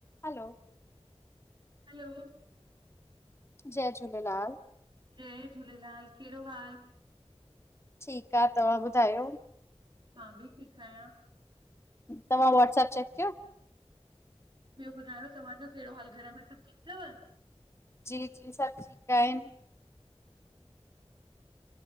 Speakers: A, on the left (about 25°); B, on the right (about 45°).
A: हलो।
B: Hello
A: जय झूलेलाल।
B: जय झूलेलाल, कहिड़ो हाल
A: ठीकु आ, तव्हां ॿुधायो।
B: मां भी ठीकु आहियां।
A: तव्हां वॉट्सप चैक कयो?
B: ॿियो ॿुधायो तव्हांजो कहिड़ो हाल, घर में सभु ठीकु तव।
A: जी जी, सभु ठीकु आहिनि।